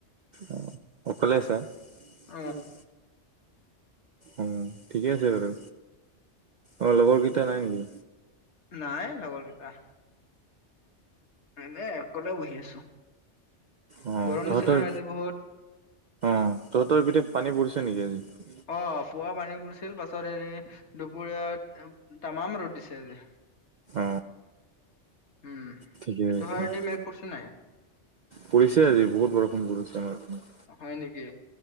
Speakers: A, on the right; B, on the left.
A: অ অকলে আছা?
B: অ
A: উম উম, ঠিকে আছে বাৰু। অ লগৰকেইটা নাই নেকি?
B: নাই লগৰ কেইটা। এনে অকলে বহি আছো
A: অ
B: গৰম
A: তহঁতৰ
B: দিছে নহয় আজি বহুত।
A: অ তহঁতৰ এইপিনে পানী পৰিছে নেকি আজি?
B: অ পুৱা পানী পৰিছিল পাছত হেৰি দুপৰীয়া তামাম ৰ'দ দিছে আজি।
A: অ
B: উম,
A: ঠিকে
B: তহতৰ
A: আছে
B: ফালেদি মেঘ পৰিছিল নাই?
A: পৰিছে আজি বহুত বৰষুণ পৰিছে আমাৰ পিনে।
B: হয় নেকি?